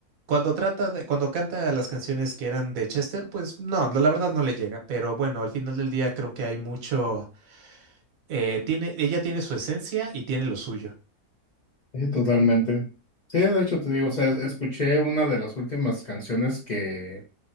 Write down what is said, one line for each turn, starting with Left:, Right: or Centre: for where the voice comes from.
Right: Cuando trata de, cuando canta las canciones que eran de Chester, pues no, la la verdad no le llega, pero bueno, al final del día creo que hay mucho eh, tiene, ella tiene su esencia y tiene lo suyo.
Left: Sí, totalmente. Sí, de hecho te digo, o sea, es- escuché una de las últimas canciones que,